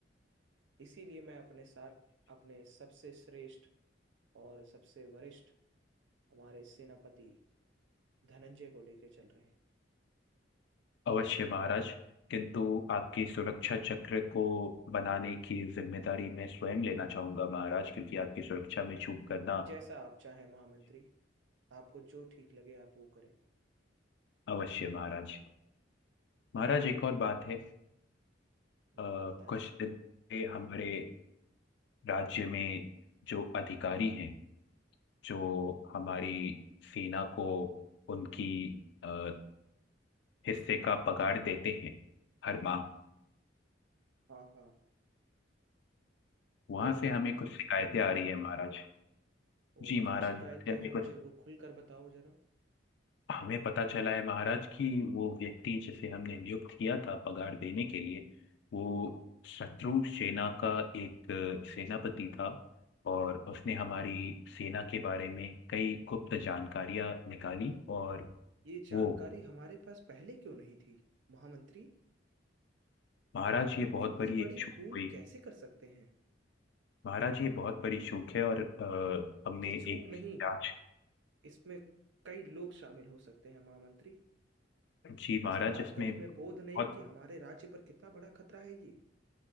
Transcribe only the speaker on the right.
इसीलिए मैं अपने साथ अपने सबसे श्रेष्ठ और सबसे वरिष्ठ हमारे सेनापति धनंजय को लेकर चल रहे हैं
जैसा आप चाहें महामंत्री आपको जो ठीक लगे आप वो करें
हम्म
बताएं
हाँ हाँ
वो उन्होंने
कुछ
गलती
की
है
क्या वो
क्या शिकायतें
हैं मुझे
वो खुलकर बताओ जरा
ये जानकारी
हमारे पास पहले क्यों नहीं थी महामंत्री
हम
इतनी
बड़ी
भूल
कैसे कर सकते हैं
ये चूक
नहीं
इसमें कई लोग शामिल हो सकते हैं महामंत्री
इस बात
का तुम्हें
बोध नहीं कि हमारे राज्य पर कितना बड़ा खतरा है ये